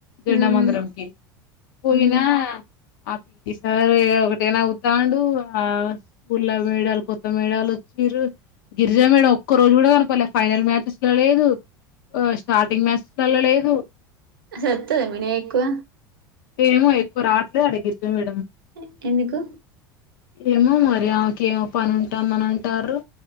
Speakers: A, on the left; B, on the right.
A: జెండమందరంకి
B: మ్
A: పోయినా
B: మ్
A: ఆ పిటి సార్ ఇగ ఒకటే నవ్వుతాండు. ఆ స్కూల్ల మేడాలు కొత్త మేడాలొచ్చి లు గిరిజా మేడం ఒ ఒక్క రోజు గుడా కనపడ్లే ఫైనల్ మ్యాచెస్లో లేదు. ఆ స్టార్టింగ్ మ్యాచెస్లల్ల లేదు.
B: అసల్ అత్తదా మినా ఎక్కువ
A: ఏమో ఎక్కువ రావట్లేదట గిరిజ మే
B: ఎ ఎందుకు?
A: ఏమో మరి ఆమె కేమో పనుంటాన్ దన్ అంటాన్రు.